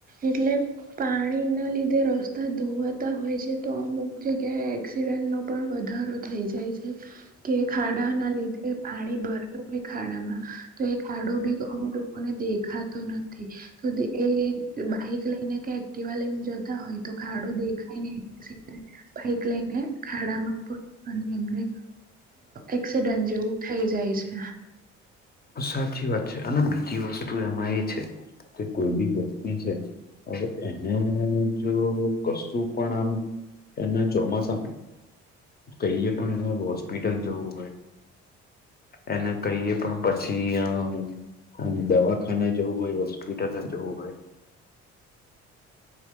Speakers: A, on the right; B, on the left.
A: એટલે પાણીને ના લીધે રસ્તા ધોવાતા હોય છે તો અમુક જગ્યાએ એક્સિડેન્ટ નો પણ વધારો થઈ જાય છે <inaudible> કે ખાડા ના લીધે પાણી ભરલું હોય ખાડામાં તો એ ખાડો બી અુક લોકોને દેખા નથી તો એ બાઈક લઈને કે એક્ટિવા લઈને જતા હોય તો ખાડો દેખાય ને ભઇક લઈને ખાડામાં પ અને એમને એક્સિડન્ટ જેવું થઈ જાય છે
B: સાચી વાત છે અને બીજી વસ્તુ એમાં એ છે કે કોઈ બી વ્યક્તિ છે હવે એને જો કશું પણ આમ એના ચોમાસા કહીએ પણ એના વસ્ હોસ્પિટલ જોવું હોય એને કહીએ પણ પછી અને દવાખાના જવું હોય હોસ્પિટલ ના જવું હોય